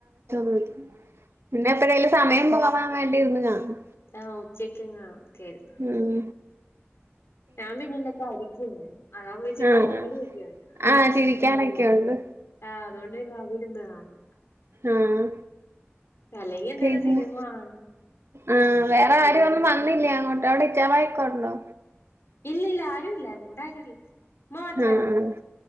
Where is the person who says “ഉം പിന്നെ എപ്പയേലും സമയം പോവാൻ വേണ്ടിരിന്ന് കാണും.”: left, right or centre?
Right